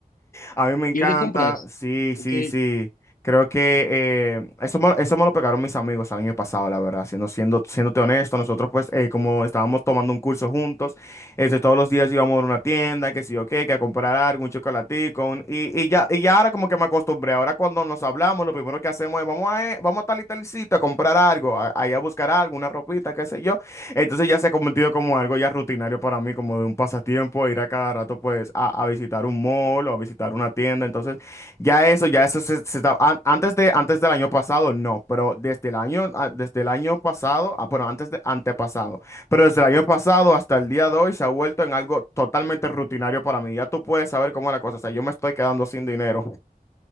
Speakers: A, on the left; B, on the left.
A: A mí me encanta,
B: Ir de compras.
A: sí,
B: Ok.
A: sí, sí. Creo que eh, eso, me, eso me lo pegaron mis amigos el año pasado, la verdad. Siendo, siendo, siéndote honesto, nosotros pues eh, como estábamos tomando un curso juntos, este, todos los días íbamos a una tienda, que sí o qué, que a comprar algo, un chocolatico, un- y, y ya, y ya ahora como que me acostumbré. Ahora cuando nos hablamos, lo primero que hacemos es vamos a, eh, vamos a tal y tal sitio a comprar algo, a, a ir a buscar algo, una ropita, qué sé yo. Entonces ya se ha convertido como algo ya rutinario para mí, como de un pasatiempo, ir a cada rato pues a, a visitar un mall o a visitar una tienda. Entonces ya eso, ya eso se, se está, an- antes de, antes del año pasado no, pero desde el año, ah, desde el año pasado, ah, bueno, antes de antepasado, pero desde el año pasado hasta el día de hoy se ha vuelto en algo totalmente rutinario para mí. Ya tú puedes saber cómo es la cosa, o sea, yo me estoy quedando sin dinero.